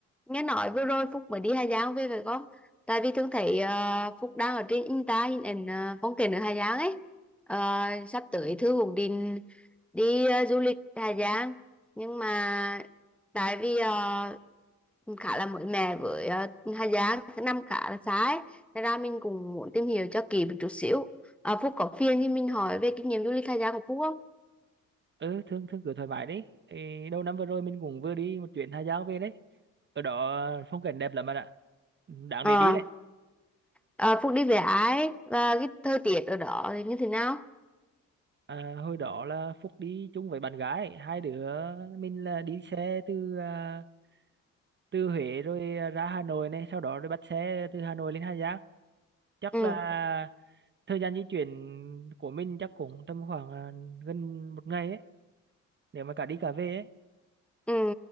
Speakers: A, in the centre; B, on the right.
A: nghe nói vừa rồi Phúc mới đi Hà Giang về phải không tại vì thường thấy ờ, Phúc đang ở trên Insta hình ảnh ờ, phong cảnh ở Hà Giang ấy Ờ, sắp tới Thư cũng định đi ờ, du lịch Hà Giang nhưng mà tại vì ờ, khá là mới mẻ với ờ, Hà Giang thứ năm khá là xa ấy thế ra mình cũng muốn tìm hiểu cho kỹ một chút xíu Ờ, Phúc có phiền thì mình hỏi về kinh nghiệm du lịch Hà Giang của Phúc không
B: ừ thương thương cứ thoải mái đấy Ê, đầu năm vừa rồi mình cũng vừa đi một chuyến Hà Giang về đấy ở đó phong cảnh đẹp lắm bạn ạ đáng
A: Ờ,
B: để đi đấy
A: ờ, Phúc đi về ai và cái thời tiết ở đó thì như thế nào
B: à, hồi đó là Phúc đi chung với bạn gái hai đứa mình là đi xe từ à, từ Huế rồi à, ra Hà Nội này sau đó rồi bắt xe từ Hà Nội lên Hà Giang chắc
A: ừ
B: là thời gian di chuyển của mình chắc cũng tầm khoảng à, gần một ngày ấy nếu mà cả đi cả về ấy
A: Ừ,